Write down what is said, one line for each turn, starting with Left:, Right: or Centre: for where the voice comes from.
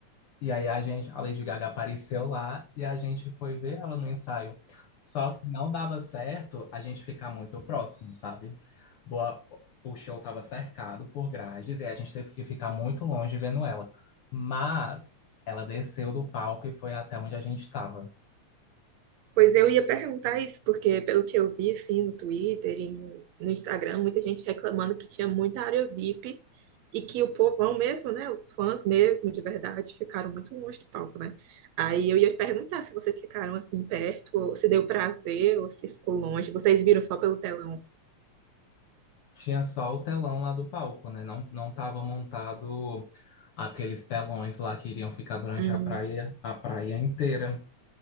Left: E aí a gente, a Lady Gaga apareceu lá e a gente foi ver ela no ensaio. Só que não dava certo a gente ficar muito próximo, sabe? Boa, o show estava cercado por grades e a gente teve que ficar muito longe vendo ela. Mas ela desceu do palco e foi até onde a gente estava.
Right: Pois eu ia perguntar isso, porque pelo que eu vi assim no Twitter e no, no Instagram, muita gente reclamando que tinha muita área VIP e que o povão mesmo, né, os fãs mesmo, de verdade, ficaram muito longe do palco, né? Aí eu ia perguntar se vocês ficaram assim perto, ou se deu pra ver, ou se ficou longe. Vocês viram só pelo telão.
Left: Tinha só o telão lá do palco, né? Não, não tava montado aqueles telões lá que iriam ficar durante
Right: Hum,
Left: a praia, a praia inteira.